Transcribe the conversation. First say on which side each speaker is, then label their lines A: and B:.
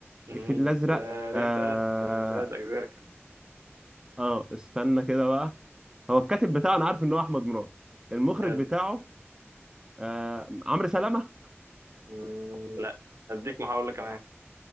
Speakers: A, on the right; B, on the right.
A: مم،
B: الفيل الازرق
A: ده ليه
B: اه
A: تلات تلات أجزاء كان
B: اه استنى كده بقى هو الكاتب بتاعه انا عارف ان هو احمد مراد المخرج
A: حلو
B: بتاعه آه عمرو سلامة
A: مم، لا أديك محاولة كمان